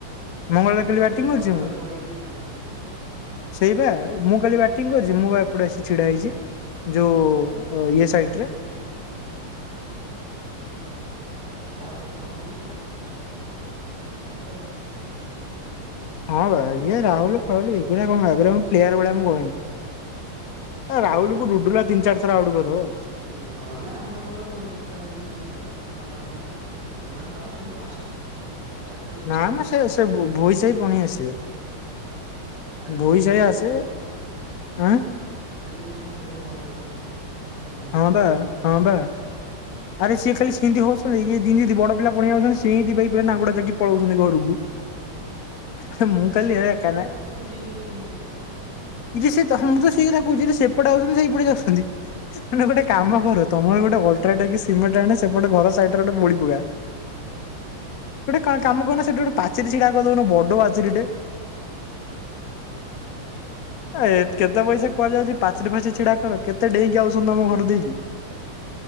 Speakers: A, on the left; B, on the right.
A: ମଙ୍ଗଳବାର
B: ନା ହେରା
A: କାଲି ବ୍ୟାଟିଂ
B: ଗୋପାଳା
A: କରିଛି ମୁଁ
B: ପଳେଇକି ଭାଣ୍ଡାମୀ କରିଦେଲା ସବୁ।
A: ସେଇ ବା ମୁଁ କାଲି ବ୍ୟାଟିଂ କରିଚି ମୁଁ ବା ଏପଟେ ଆସି ଛିଡା ହେଇଚି ଯୋଉ ଉ ଉ ଓ ଇଏ ସାଇଡ଼ ରେ।
B: ହଉ ତାପଟେ ନହେଲେ ଗଲା ଆଉ କଣ ସିଏ କୋଉ କମ ପିଲା ଆଉଚନ୍ତି।
A: ହଁ ବା ଇଏ ରାହୁଲ ଫାଉଲ ଏଗୁରା କଣ ଏଗୁରାଙ୍କୁ ମୁଁ ପ୍ଲେୟାର ଭଳିଆ ମୁଁ ଗଣେନି। ଏ ରାହୁଲୁ
B: ନହେଲେ
A: କୁ ଡୁଡୁଲା ତିନ ଚାରଥର ଆଉଟ କରଦବ।
B: ସେ ନହେଲେ ଆମେ ଆମର ପିଲା ଧରିକି ଖେଳିବା ତମ ସାଙ୍ଗ ମାନଙ୍କୁ ଡାକ। ଏମାନେ ତ ଆସୁ ଆସୁ ପାଁଶଟା ଆମେ ଚାର
A: ନା ମ ସେ ସେ ବୋ ବୋଇ ସାହି ପୁଣି ଆସିବେ।
B: ହୁଁ କାଲି
A: ଭୋଇ
B: କେମତି
A: ସାହି
B: କହିଲେ
A: ଆସିବେ
B: ଖେଳ ବନ୍ଦ।
A: ଆଁ
B: ଖାଲି କହୁଚନ୍ତି ଖେଳ ବନ୍ଦ ଆଜି ହବନି। ଆମେ ଖେଳିବୁ।
A: ହଁ ବା ହଁ ବା। ଆରେ ସିଏ ଖାଲି ସିନ୍ତି ହଉସନ୍ତି ଏଇ ଯିମିତି ବଡ ପିଲା ପଳେଇ ଆଉଚନ୍ତି ସିନ୍ତି ଭାଇ ପୁରା ନାଙ୍ଗୁଡ଼ ଜାକି ପଳଉସନ୍ତି ଘରୁକୁ। ହେ ମୁଁ
B: ଆରେ
A: କାଲି
B: ସେ ଆମରି
A: ହେ କେନେ
B: ଘର ପଟେ ଫେରେ ଡେଇଁକି ଯାଉଛନ୍ତି।
A: ବିଶି ତ ହଁ ମୁଁ ତ ସେଇ କଥା କହୁଚି ସେପଟେ ଆଉସନ୍ତି ସେଇପଟେ ଯାଉସନ୍ତି। ମାନେ ଗୋଟେ କାମ କର ତମର ବି ଗୋଟେ ଅଲ ଅଲଟ୍ରାଟେକ ସିମେଣ୍ଟ ଆଣେ ସେପଟେ ଘର ସାଇଡ଼ ଟାରେ ଗୋଟେ ବୋଳି ପକା। ଗୋଟେ କା କାମ କରୁନ ସେଠି ଗୋଟେ ପାଚେରି ଛିଡ଼ା କରି ଦଉନ ବଡ ପାଚେରିଟେ। <unintelligible>
B: ଆଉ କେତେ ପଚାରିବେ।
A: ଆ ଏ କେତେ ପଇସା କୁଆଡେ ଯାଉଚି ପାଚିରି ଫାଚିରି ଛିଡ଼ା କର କେତେ ଡେଇଁକି ଆଉସନ୍ତି ତମ ଘର ଦେଇକି।